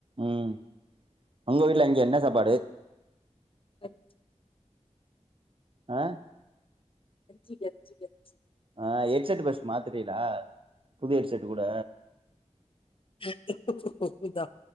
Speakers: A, on the right; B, on the left.
A: ம் உங்க வீட்ல அங்க என்ன சாப்பாடு
B: வெஜ்
A: ஆ
B: வெஜ் வெஜ் வெஜ்ஜி
A: ஆ ஹெட் செட் பஸ்ட் மாத்திரேலா புது ஹெட் செட் பொட
B: <unintelligible>